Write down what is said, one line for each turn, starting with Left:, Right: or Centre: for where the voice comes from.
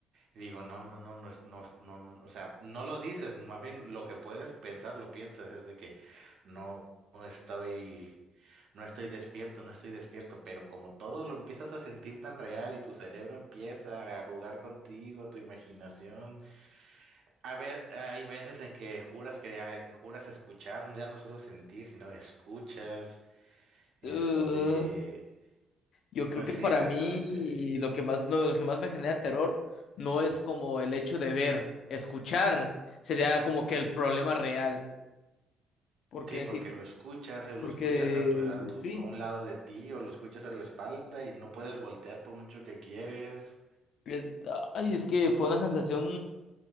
Right: Y digo, no, no, no, no, es- no, es- no, no, o sea, no lo dices, más bien lo que puedes pensar, lo piensas, es de que no, no estoy, no estoy despierto, no estoy despierto, pero como todo lo empiezas a sentir tan real y tu cerebro empieza a jugar contigo, tu imaginación, a ver, hay veces en que juras que hay- juras escuchar, ya no solo sentir, sino escuchas, este,
Left: Uh, yo creo
Right: ah,
Left: que
Right: sí
Left: para
Right: exactamente.
Left: mí lo que más, no, lo que más me genera terror no es como el hecho de ver, escuchar, sería como que el problema real. Porque
Right: Sí, porque
Left: sí,
Right: lo escuchas, o lo
Left: porque
Right: escuchas a tu, a tu,
Left: sí,
Right: a un lado de ti, o lo escuchas a la espalda y no puedes voltear por mucho que quieres.
Left: es, ay, es que fue una sensación,